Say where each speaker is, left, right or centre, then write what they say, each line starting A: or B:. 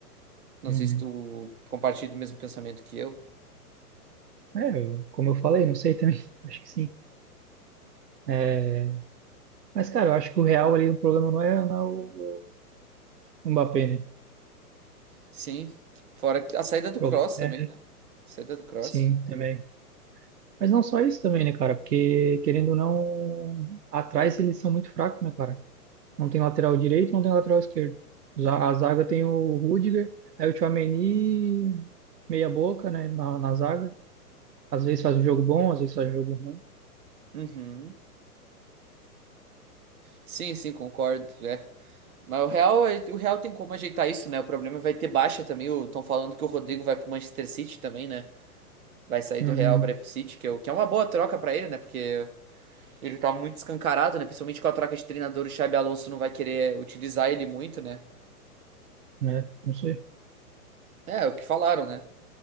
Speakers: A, on the right (about 65°); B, on the right (about 85°).
A: Não
B: hum.
A: sei
B: hum.
A: se tu compartilha do mesmo pensamento que eu.
B: É, eu- como eu falei, não sei também. <laughs> Acho que sim. É, mas, cara, eu acho que o real ali, o problema não é, não é o o Mbappé, né?
A: Sim. Fora que- a saída do
B: O problema
A: Cross também,
B: é,
A: né? Saída do Cross.
B: sim, também. Mas não só isso também, né, cara? Porque, querendo ou não, atrás eles são muito fracos, né, cara? Não tem lateral direito, não tem lateral esquerdo. Za- A zaga tem o Rudiger, aí o Tchouaméni, meia boca, né, na, na zaga. Às vezes faz um jogo bom, às vezes faz um jogo ruim.
A: Uhum. Sim, sim, concordo. É. Mas o Real, é- o Real tem como ajeitar isso, né? O problema vai ter baixa também. Estão falando que o Rodrigo vai pro Manchester City também, né? Vai sair
B: Uhum.
A: do Real para ir pro City, que é, o- que é uma boa troca pra ele, né? Porque ele tá muito escancarado, né? Principalmente com a troca de treinador, o Xabi Alonso não vai querer utilizar ele muito, né?
B: Né? Não sei.
A: É, o que falaram, né?